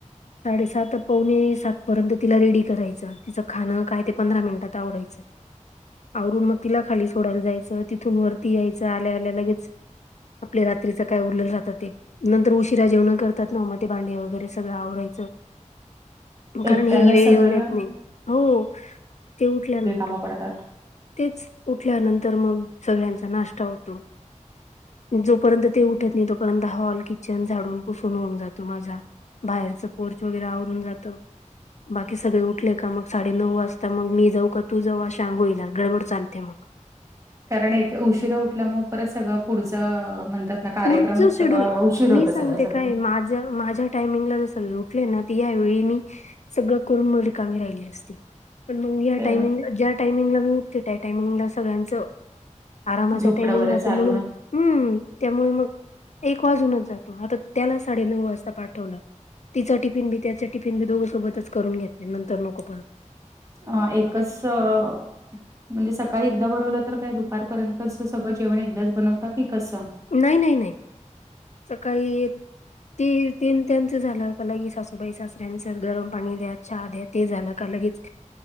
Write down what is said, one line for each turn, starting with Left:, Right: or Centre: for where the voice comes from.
Left: साडेसात पवणे सात पर्यंत तिला रेडी करायचं तिचं खां काय ते पंधरा मिनिटात आवडयचं. आवरून मग तिला खाली सोडायला जायचं तिथून वरती यायचं आल्या आल्या लगेच. आपल्या रात्रीच काय उरलेल रातात ते. नंतर उशिरा जेवण करतात ना मग ते भांडे वगैरे सगळं आवरायचं. कारण
Right: एकट्यानं
Left: हे वेळेवर
Right: सगळं
Left: येत नाही हो ते उठल्या नं.
Right: म <unintelligible> पडतात
Left: तेच उठल्यानंतर मग सगळ्यांचा नाष्टा होतो. जोपर्यंत ते उठत नाही तोपर्यंत हॉल किचन झाडून पुसून होऊन जातो माझा. बाहेरचं पोर्च वगैरे आवरून जातं. बाकी सगळे उठले का मग साडे नऊ वाजता मग मी जाऊ का. तू जव्हा शांगुईला गडबड चालते मग.
Right: कारण एक उशिरा उठल्यामुळे परत सगळं पुढचं म्हणतात ना कार्यक्रमच
Left: पुढचं शेड्यूल
Right: सगळं उशीर होतं
Left: मी सांगते
Right: सगळं सगळं.
Left: काय माझ्या माझ्या टायमिंगला जस उठले ना ती यावेेळी मी सगळं करून मंं रीकामी राहिली असती. पण मग या
Right: ते
Left: टायमिंगला ज्या टायमिंगला मी उठते त्या टायमिंगला सगळ्यांचं आरामाचा
Right: झोपडं
Left: टाइमिंग
Right: वगैरे
Left: राहतो
Right: चालू
Left: म्हणून हम्म त्यामुळे मग एक वाजूनच जातो, आता त्याला साडेनऊ वाजता पाठवलं तिचा टिफिन बी त्याच टिफिन बी दोघं सोबतच करून घेते नंतर नको परत
Right: हां ऐकस म्हणजे सकाळी एकदा बनवलं तर काय दुपारपर्यंतच सगळं जेवण एकदाच बनवत की कसं?
Left: नाही नाही नाही. सकाळी ती तीन त्यांच झालं, का लगेच सासूबाई, सासऱ्यांचं गरम पाणी द्या, चहा द्या ते झालं का लगेच